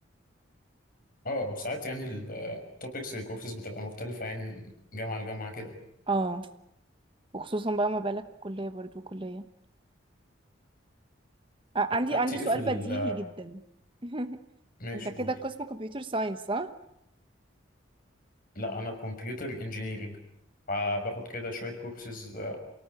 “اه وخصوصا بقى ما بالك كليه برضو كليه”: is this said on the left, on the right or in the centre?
Right